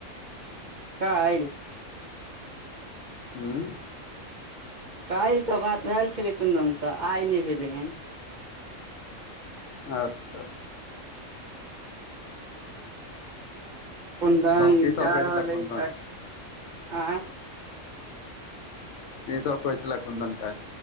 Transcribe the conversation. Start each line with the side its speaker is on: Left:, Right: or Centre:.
Right: काइल
Left: हूँ
Right: काइल तऽ बात भैल छलै कुन्दन स आइ नै भेलै हेन
Left: अच्छा
Right: कुन्दन
Left: तब की सब
Right: जा
Left: कहै
Right: रहल
Left: छलै
Right: ऐछ
Left: कुन्दन
Right: <inaudible> आँ
Left: की सब क छलै कुन्दन काइल